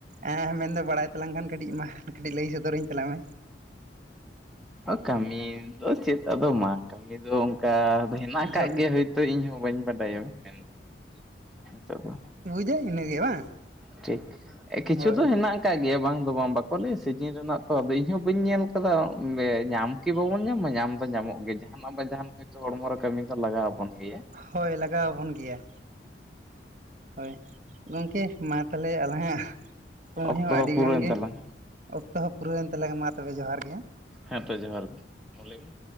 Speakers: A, on the right; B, in the centre.
A: ᱮᱸ ᱢᱮᱱ ᱫᱚ ᱵᱟᱲᱟᱭ ᱛᱟᱞᱟᱝ ᱠᱷᱟᱱ ᱠᱟᱹᱴᱤᱡ ᱢᱟ ᱠᱟᱹᱴᱤᱡ ᱞᱟᱹᱭ ᱥᱚᱫᱚᱨᱟᱹᱧ ᱛᱟᱞᱟᱜ ᱢᱮ
B: ᱠᱟᱹᱢᱤ ᱫᱚ ᱪᱮᱫ ᱟᱫᱚ ᱢᱟ ᱠᱟᱹᱢᱤ ᱫᱚ ᱚᱱᱠᱟ ᱫᱚ ᱦᱮᱱᱟᱜ ᱟᱠᱟᱜ
A: ᱡᱚᱜ
B: ᱜᱮᱭᱟ ᱦᱳᱭᱛᱳ ᱤᱧ ᱦᱚᱸ ᱵᱟᱹᱧ ᱵᱟᱰᱟᱭᱟ ᱢᱮᱱᱫᱚ ᱱᱤᱛᱚᱜ ᱫᱚ᱾
A: ᱡᱮ ᱤᱱᱟᱹᱜᱮ ᱵᱟᱝ
B: ᱴᱷᱤᱠ ᱠᱤᱪᱷᱩ
A: ᱦᱳᱭ
B: ᱫᱚ ᱦᱮᱱᱟᱜ ᱟᱠᱟᱫ ᱜᱮᱭᱟ ᱵᱟᱝ ᱫᱚ ᱵᱟᱝ ᱵᱟᱠᱚ ᱞᱟᱹᱭ ᱥᱤᱡᱤᱱ ᱨᱮᱱᱟᱜ ᱛᱚ ᱟᱫᱚ ᱤᱧ ᱦᱚᱸ ᱵᱟᱹᱧ ᱧᱮᱞ ᱟᱠᱟᱫᱟ ᱧᱟᱢ ᱠᱤ ᱵᱟᱵᱚᱱ ᱧᱟᱢᱟ ᱧᱟᱢ ᱫᱚ ᱧᱟᱢᱚᱜ ᱜᱮ ᱡᱟᱦᱟᱱᱟᱜ ᱵᱟᱝ ᱡᱟᱦᱟᱱ ᱦᱳᱭᱛᱳ ᱦᱚᱲᱢᱚ ᱨᱮ ᱠᱟᱹᱢᱤ ᱫᱚ ᱞᱟᱜᱟᱣ ᱟᱵᱚᱱ ᱜᱮᱭᱟ᱾
A: ᱦᱳᱭ ᱞᱟᱜᱟᱣ ᱟᱵᱚᱱ ᱜᱮᱭᱟ ᱦᱳᱭ ᱜᱚᱢᱠᱮ ᱢᱟ ᱛᱟᱦᱚᱞᱮ ᱟᱞᱟᱜ ᱟᱜ ᱥᱚᱢᱚᱭ
B: ᱚᱠᱛᱚ
A: ᱦᱚᱸ ᱟᱹᱰᱤ
B: ᱯᱩᱨᱟᱹᱣᱮᱱ
A: ᱜᱟᱱ ᱜᱮ
B: ᱛᱟᱞᱟᱝ
A: ᱚᱠᱛᱚ ᱦᱚᱸ ᱯᱩᱨᱟᱹᱣᱮᱱ ᱛᱟᱞᱟᱝ-ᱟ ᱢᱟ ᱛᱚᱵᱮ ᱡᱚᱦᱟᱨ ᱜᱮ ᱾
B: ᱦᱮᱸ ᱛᱚ ᱡᱚᱦᱟᱨ ᱜᱮ ᱞᱟᱹᱭᱵᱤᱱ